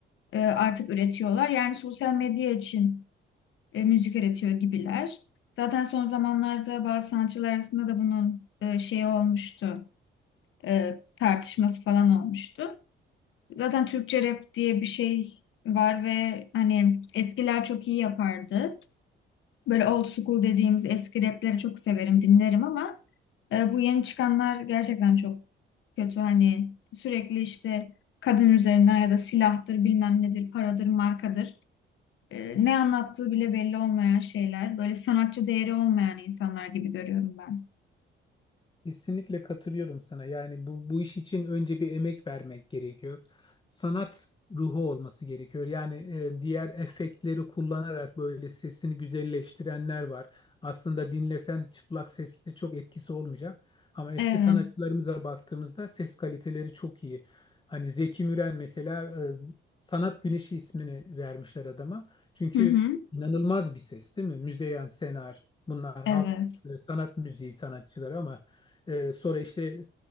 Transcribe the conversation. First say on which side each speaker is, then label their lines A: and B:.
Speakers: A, on the left; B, on the left.
A: e, artık üretiyorlar. Yani sosyal medya için e, müzik üretiyor gibiler. Zaten son zamanlarda bazı sanatçılar arasında da bunun e, şeyi olmuştu. e, tartışması falan olmuştu. Zaten Türkçe rap diye bir şey var ve hani eskiler çok iyi yapardı. Böyle old school dediğimiz eski rapleri çok severim, dinlerim ama e, bu yeni çıkanlar gerçekten çok kötü. Hani sürekli işte kadın üzerinden ya da silahtır, bilmem nedir, paradır, markadır. E, ne anlattığı bile belli olmayan şeyler. Böyle sanatçı değeri olmayan insanlar gibi görüyorum ben.
B: Kesinlikle katılıyorum sana. Yani bu, bu iş için önce bir emek vermek gerekiyor. Sanat ruhu olması gerekiyor. Yani e, diğer efektleri kullanarak böyle sesini güzelleştirenler var. Aslında dinlesen çıplak sesle çok etkisi olmayacak. Ama eski
A: Evet.
B: sanatçılarımıza baktığımızda ses kaliteleri çok iyi. Hani Zeki Müren mesela e, Sanat Güneşi ismini vermişler adama. Çünkü
A: Hı hı.
B: inanılmaz bir ses değil mi? Müzeyyen Senar bunlar
A: Evet.
B: halk e, sanat müziği sanatçıları ama ee, sonra işte e,